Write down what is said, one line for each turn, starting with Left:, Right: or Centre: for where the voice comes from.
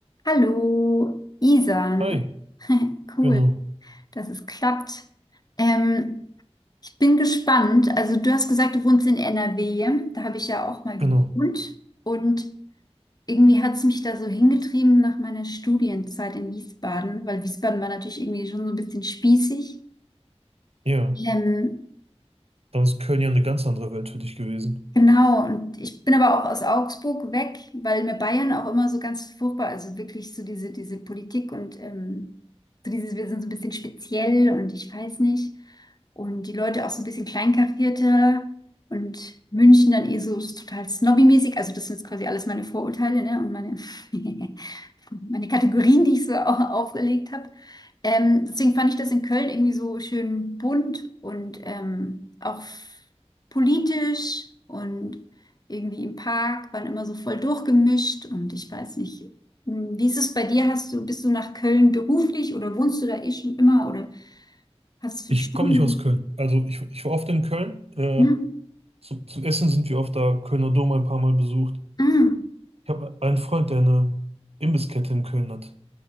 Left: Hallo, Isan.
Right: Hi,
Left: Cool,
Right: genau,
Left: dass es klappt. Ähm, ich bin gespannt. Also du hast gesagt, du wohnst in NRW. Da habe ich ja auch mal gewohnt.
Right: genau.
Left: Und irgendwie hat es mich da so hingetrieben nach meiner Studienzeit in Wiesbaden, weil Wiesbaden war natürlich irgendwie schon so ein bisschen spießig.
Right: Ja,
Left: Ähm,
Right: dann ist Köln ja eine ganz andere Welt für dich gewesen.
Left: Genau, und ich bin aber auch aus Augsburg weg, weil mir Bayern auch immer so ganz furchtbar, also wirklich so diese, diese Politik und ähm, so dieses, wir sind so ein bisschen speziell und ich weiß nicht. Und die Leute auch so ein bisschen kleinkarierter und München dann eh so total snobby-mäßig. Also das sind jetzt quasi alles meine Vorurteile, ne? Und meine. <laughs> meine Kategorien, die ich so auch aufgelegt habe. Ähm, deswegen fand ich das in Köln irgendwie so schön bunt und ähm, auch f- politisch und irgendwie im Park waren immer so voll durchgemischt und ich weiß nicht, hm, wie ist es bei dir? Hast du, bist du nach Köln beruflich oder wohnst du da eh schon immer oder hast du
Right: Ich
Left: Stunden?
Right: komme nicht aus Köln. Also ich, ich war oft in Köln. Äh,
Left: Hm?
Right: zu, zum Essen sind wir oft da, Kölner Dom ein paar Mal besucht.
Left: Hm?
Right: Ich habe einen Freund, der eine Imbisskette in Köln hat.